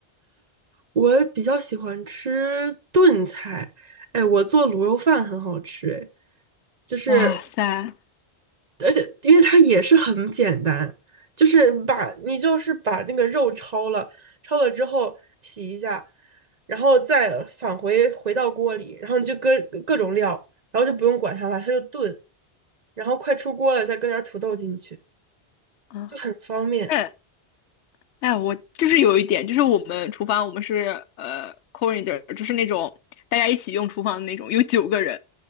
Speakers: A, on the right (about 45°); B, on the left (about 85°).
A: 我比较喜欢吃炖菜，哎，我做卤肉饭很好吃，哎，就是
B: 哇塞，
A: 而且因为它也是很简单，就是把你就是把那个肉焯了，焯了之后洗一下，然后再返回回到锅里，然后你就搁各种料，然后就不用管它了，它就炖，然后快出锅了再搁点土豆进去，
B: 啊，
A: 就很方便。
B: 哎哎，我就是有一点，就是我们厨房，我们是呃 corridor，就是那种大家一起用厨房的那种，有九个人，